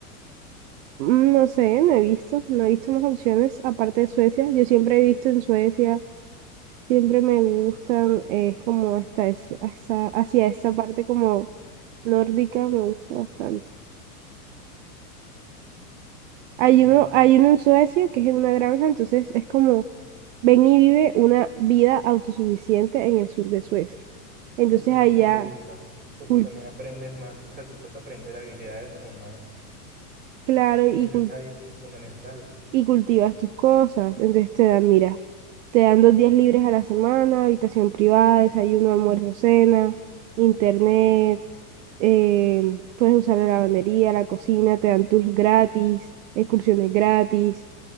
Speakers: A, on the right (about 55°); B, on the right (about 20°).
A: Mm, No sé, no he visto, no he visto más opciones aparte de Suecia. Yo siempre he visto en Suecia, siempre me gustan, es como hasta ese- hasta- hacia esa parte como nórdica, me gusta bastante. Hay
B: Bueno,
A: uno, hay uno en Suecia que es en una granja, entonces es como ven y vive una vida autosuficiente en el sur de Suecia. Entonces
B: uf, eso
A: allá,
B: me gusta, porque
A: cul-
B: también aprendes más, o sea, te toca aprender habilidades como más
A: claro, y
B: necesarias, como fundamentales.
A: y cultivas tus cosas. Entonces te dan, mira, te dan dos días libres a la semana, habitación privada, desayuno, almuerzo, cena, internet, eh, puedes usar la lavandería, la cocina, te dan tours gratis, excursiones gratis,